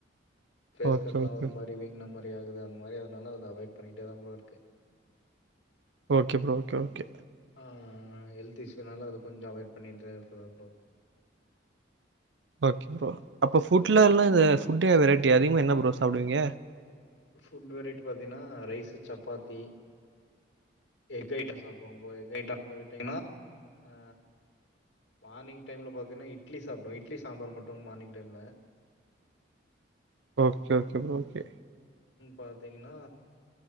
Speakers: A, on the left; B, on the right.
A: ஃபேஸ்கட்லா
B: ஓகே ஓகே
A: ஒரு மாரி வீங்ன மாரி ஆகுது அந்த மாரி அதனால அத அவாய்ட் பண்ணிட்டே தா ப்ரோ இருக்கே
B: ஓகே ப்ரோ ஓகே ஓகே
A: அ ஹெல்த் இஷுனால அது கொஞ்சோ அவாய்ட் பண்ணிட்டே இருக்குறன் ப்ரோ
B: ஓகே ப்ரோ அப்ப ஃபுட்ல எல்லா இந்த ஃபுட் வெரைட்டி அதிகமா என்ன ப்ரோ சாப்டுவீங்க
A: ஃபுட் வெரைட்டி பாத்தீனா ரைஸு சப்பாத்தி எக் ஐட்டம் சாப்டுவோ ப்ரோ எக் ஐட்டம் அத விட்டீங்னா அ மார்னிங் டைம்ல பாத்தீன்னா இட்லி சாப்டுவ இட்லி சாம்பார் மட்டு மார்னிங் டைம்ல
B: ஓகே ஓகே ப்ரோ ஓகே
A: பாத்தீங்னா